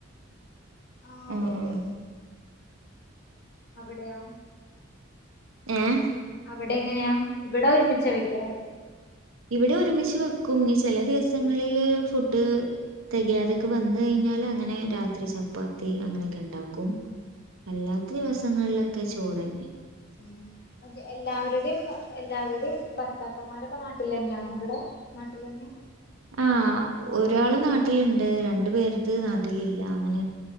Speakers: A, on the left (about 50°); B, on the right (about 80°).
A: ആഹ് അതെ
B: ഉം
A: അതെ അതെ. അവിടെയാ.
B: ഏഹ്.
A: അവിടെ എങ്ങനെയാ ഇവടെ ഒരുമിച്ചാ വെക്ക്യാറ്.
B: ഇവിടെ ഒരുമിച്ച് വെക്കും നി ചെല ദിവസങ്ങളില് ഫുഡ്. തെകയാതെക്കെ വന്ന് കൈഞ്ഞാല് അങ്ങനെ രാത്രി ചപ്പാത്തി അങ്ങനെയെക്കെ ണ്ടാക്കും. അല്ലാത്ത ദിവസങ്ങൾലൊക്കെ ചോറെന്നെ.
A: ഉം ഉം മറ്റെ എല്ലാവര്ടിം. എല്ലാവര്ടിം ഭർത്താക്കന്മാരൊക്ക നാട്ടിലന്നാണോ ഇവടെ നാട്ടിലെന്ന്യ.
B: ആഹ് ഒരാള് നാട്ടില്ണ്ട് രണ്ടു പേര്ത് നാട്ടിലില്ല അങ്ങനെണ്.